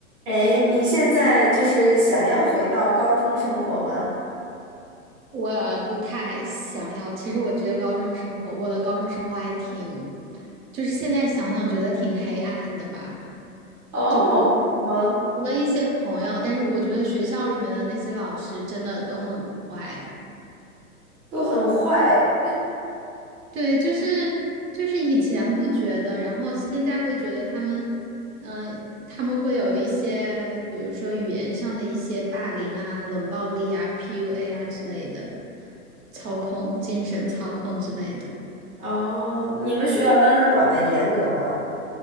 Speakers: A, on the right; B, on the right.
A: 哎，你现在就是想要回到高中生活吗？
B: 我不太想要。其实我觉得高中生活，我的高中生活还挺，就是现在想想觉得挺黑暗的吧。
A: 哦，
B: 就不除
A: 为什么
B: 了一些朋友，但是我觉得学校里面的那些老师真的都很坏。
A: 都很坏？
B: 对，就是就是以前不觉得，然后现在会觉得他们，嗯、他们会有一些，比如说语言上的一些霸凌啊、冷暴力啊、PUA 啊之类的，操控、精神操控之类的。
A: 哦，你们学校当时管的严格吗？